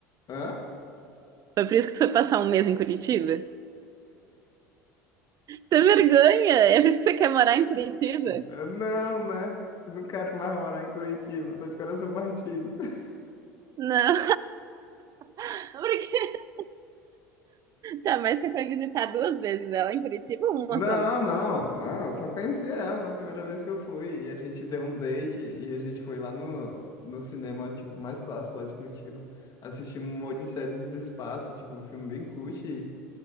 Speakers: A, on the left; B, on the right.
A: Hã?
B: Foi por isso que tu foi passar um mês em Curitiba? Você vergonha! É por isso que você quer morar em Curitiba?
A: Eu Não, né? Eu Não quero mais morar em Curitiba, tô de coração partido. <laughs>
B: Não, <laughs> porque... Tá, mas você foi visitar duas vezes ela em Curitiba ou uma
A: Não,
B: só?
A: não, não, eu só conheci ela na primeira vez que eu fui. E a gente deu um date e a gente foi lá no, no cinema, tipo, mais clássico lá de Curitiba. Assistimos uma Odisseia de- do Espaço, tipo, um filme bem cult.